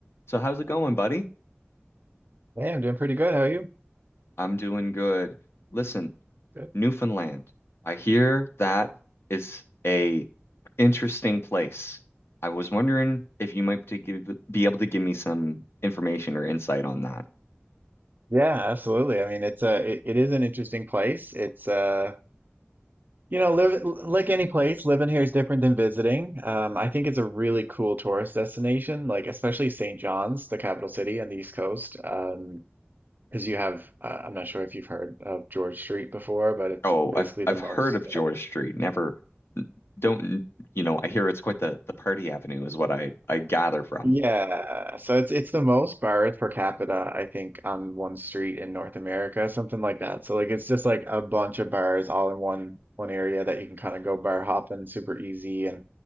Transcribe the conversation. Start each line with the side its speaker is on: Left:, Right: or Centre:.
Left: So how's it going, buddy?
Right: Hey, I'm doing pretty good. How are you?
Left: I'm doing good. Listen,
Right: Good.
Left: Newfoundland. I hear that is a interesting place. I was wondering if you might to give, be able to give me some information or insight on that.
Right: Yeah, absolutely. I mean, it's a it, it is an interesting place. It's uh you know, live like any place, living here is different than visiting. Um, I think it's a really cool tourist destination, like especially St. John's, the capital city on the East Coast. Um, because you have uh, I'm not sure if you've heard of George Street before, but it's
Left: Oh,
Right: basically
Left: I've I've
Right: the most
Left: heard of George
Right: uh,
Left: Street. Never don't you know, I hear it's quite the the party avenue is what I I gather from.
Right: Yeah, so it's it's the most bars per capita, I think, on one street in North America, something like that. So like it's just like a bunch of bars all in one one area that you can kind of go bar hopping super easy. And